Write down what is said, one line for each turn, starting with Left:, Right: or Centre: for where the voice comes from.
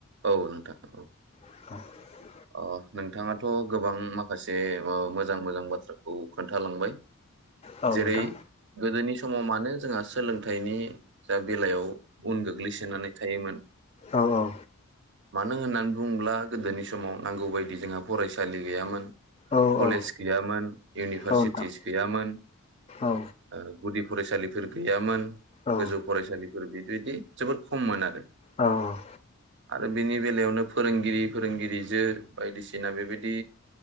Right: औ नोंथाङा औ
Left: <inaudible>
Right: अ नोंथाङाथ' गोबां माखासे आ मोजां मोजां बाथ्राखौ खोन्थालांबाय
Left: औ
Right: जेरै
Left: नोंथां
Right: गोदोनि समाव मानो जोंहा सोलोंथाइनि जा बेलायाव उन गोग्लैसोनानै थायोमोन
Left: औ औ
Right: मानो होननानै बुंङोब्ला गोदोनि समाव नांगौ बायदि जोंहा फरायसालि गैयामोन
Left: औ
Right: कलेज
Left: औ
Right: गैयामोन इउनिभारसिटिस
Left: औ नोंथां
Right: गैयामोन
Left: औ
Right: ओ गुदि फरायसालिफोर गैयामोन
Left: औ
Right: गोजौ फरायसालिफोर बे बिदि जोबोर खममोन आरो।
Left: औ औ।
Right: आरो बेनि बेलायावनो फोरोंगिरिफोर फोरोंगिरिजो बायदिसिना बेबायदि